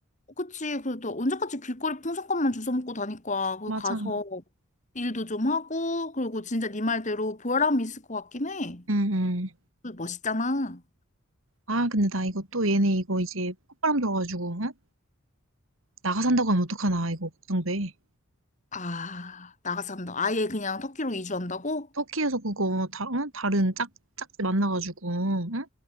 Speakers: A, on the left; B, on the right.
A: 그치. 그리고 또 언제까지 길거리 풍선껌만 주워 먹고 다닐 거야. 거
B: 맞아.
A: 가서 일도 좀 하고, 그리고 진짜 네 말대로 보람이 있을 것 같긴 해.
B: 응, 응.
A: 그 멋있잖아.
B: 아, 근데 나 이거 또 얘네 이거 이제 폭발함 들어가지고, 응? 나가 산다고 하면 어떡하나, 이거 걱정돼.
A: 아, 나가서 한다. 아예 그냥 터키로 이주한다고?
B: 터키에서 그거 다, 응? 다른 짝, 짝지 만나가지고, 응?